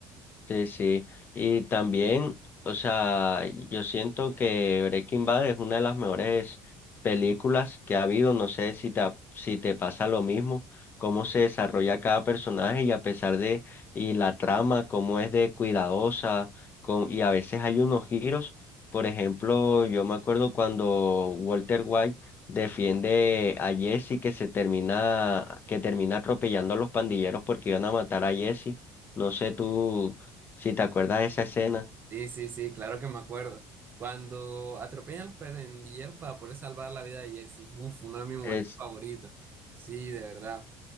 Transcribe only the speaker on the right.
Sí, sí, sí, claro que me acuerdo. Cuando atropellan a los pandilleros para poder salvar la vida de Jesse, uf, uno de mis momentos
favoritos. Sí, de verdad.